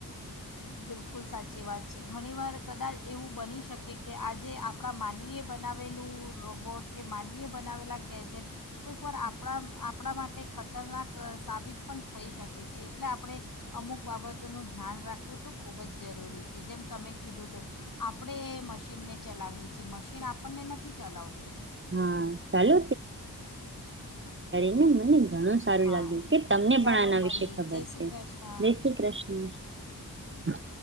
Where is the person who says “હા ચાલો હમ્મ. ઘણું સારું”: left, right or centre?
Right